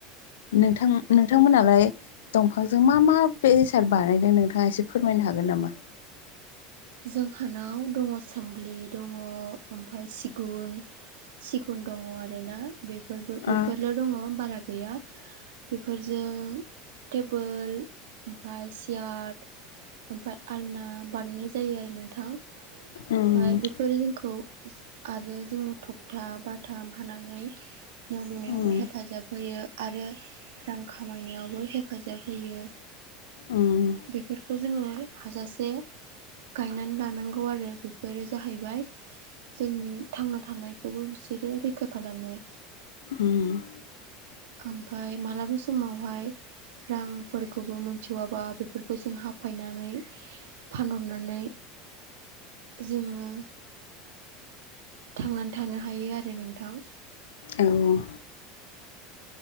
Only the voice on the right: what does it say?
जोंहानाव दङ सोमलि दङ ओमफाय सिगुन सिगुन दङ आरोना बे फोरबो बेफोरल'
दङ बारा गैया बेफोरजों टेबोल ओमफाय सियार ओमफाय आलना बानायनाय जायो आरो नोंथां
ओमफाय बेफोरो जोंखौ आरो जोंनो थखथा बा थाम होनानै न' लुनायावबो
हेफाजाब होयो। आरो रां खामायनायावबो हेफाजाब होयो।
बेफोरखौ जोङो हाजासे गायनानै लानांगौ आरो बेफोरो जाहैबाय जोंनि थांना थानाय खौबो बिसोरो रैखा खालामो।
ओमफाय मालाबा समावहाय रांफोरखौबो मोनस'वाबा बेफोरखौ जों हाफायनानै फानहरनानै जोङो थांनानै थानो हायो आरो नोंथां